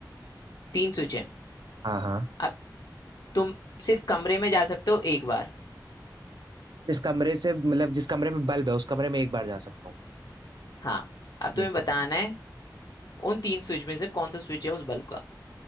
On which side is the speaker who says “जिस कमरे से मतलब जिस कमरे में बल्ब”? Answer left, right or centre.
Right